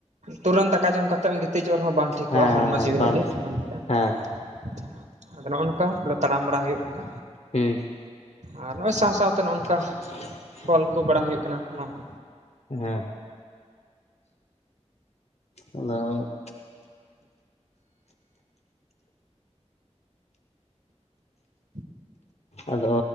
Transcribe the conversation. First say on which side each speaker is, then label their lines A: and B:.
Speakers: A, on the right; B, on the left.
A: ᱛᱩᱨᱟᱹᱱ ᱫᱟᱠᱟ ᱡᱚᱢ ᱠᱟᱛᱮᱢ ᱜᱤᱛᱤᱡᱚᱜ ᱨᱮᱦᱚᱸ ᱵᱟᱝ ᱴᱷᱤᱠᱚᱜᱼᱟ
B: ᱦᱮᱸ
A: ᱦᱚᱲᱢᱚ ᱡᱤᱣᱤ
B: ᱵᱟᱝ
A: ᱞᱟᱹᱜᱤᱫ᱾
B: ᱴᱷᱤᱠ
A: <unintelligible>
B: ᱦᱮᱸ
A: ᱟᱫᱚ ᱱᱚᱜᱼᱚ ᱱᱚᱝᱠᱟ ᱵᱚᱞᱮ ᱛᱟᱲᱟᱢ ᱵᱟᱲᱟ ᱦᱩᱭᱩᱜ ᱠᱟᱱᱟ᱾
B: ᱦᱩᱸ,
A: ᱟᱨ ᱱᱚᱜᱼᱚᱭ ᱥᱟᱸᱶ ᱥᱟᱸᱶᱛᱮ ᱱᱚᱼᱱᱚᱝᱠᱟ᱾
B: <inaudible>
A: ᱠᱚᱞ ᱠᱚ ᱵᱟᱲᱟ ᱦᱩᱭᱩᱜ ᱠᱟᱱᱟ ᱱᱚᱶᱟ
B: ᱦᱮᱸ ᱟᱫᱚ,
A: <inaudible>
B: ᱟᱫᱚ